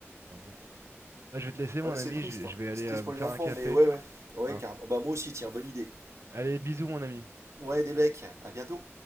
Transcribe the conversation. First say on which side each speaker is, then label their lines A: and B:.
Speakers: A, on the right; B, on the right.
A: Enfin
B: Ouais.
A: bon. Bah, je vais te laisser, mon
B: Ouais, c'est
A: ami,
B: triste.
A: je, je vais aller
B: C'est triste
A: euh,
B: pour
A: me faire
B: les enfants,
A: un café.
B: mais ouais, ouais. Ouais,
A: Hein.
B: carrément. Bah, moi aussi, tiens, bonne idée.
A: Allez, bisous, mon ami.
B: Ouais, des becs, à bientôt.